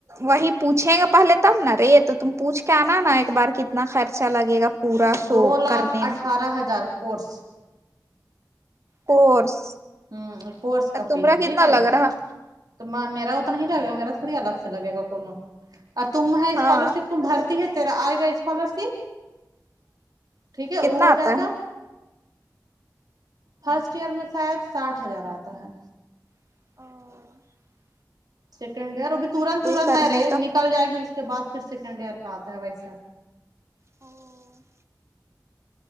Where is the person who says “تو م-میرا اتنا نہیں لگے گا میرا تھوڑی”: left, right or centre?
Right